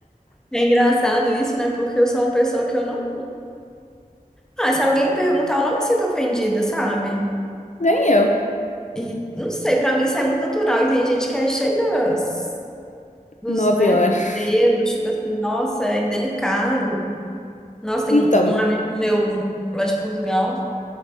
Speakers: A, in the centre; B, on the left (about 55°).
A: É engraçado isso, né? Porque eu sou uma pessoa que eu não. Ah, se alguém me perguntar, eu não me sinto ofendida, sabe?
B: Nem eu,
A: E não sei, pra mim isso é muito natural. E tem gente que é cheia dos, dos,
B: nove
A: né,
B: horas.
A: dedos, tipo assim, nossa, é delicado. Nossa, tem
B: Então,
A: um amigo meu lá de Portugal.